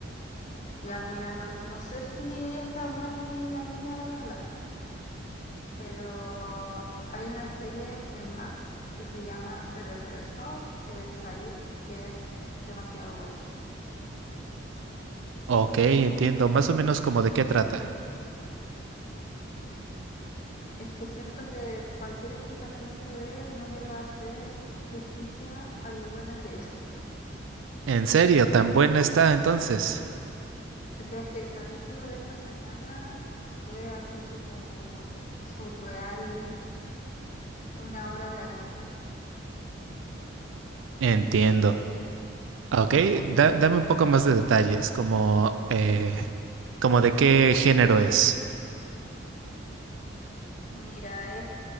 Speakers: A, on the left (about 40°); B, on the right (about 75°).
A: Ya, mira, no, no sé si estas van muy en la línea, la verdad, pero hay una serie en Max que se llama The Rehearsal, el ensayo, que es demasiado buena.
B: Ok, entiendo, más o menos como de qué trata.
A: Es que siento que cualquier explicación que dé no le va a hacer justicia a lo buena que es. <laughs>
B: ¿En serio? ¿Tan buena está entonces?
A: O sea, es que el capítulo de esta semana fue así como surreal, una obra de arte.
B: Entiendo. Ah, Ok, da- dame un poco más de detalles, como, eh, como de qué género es.
A: Mira, es,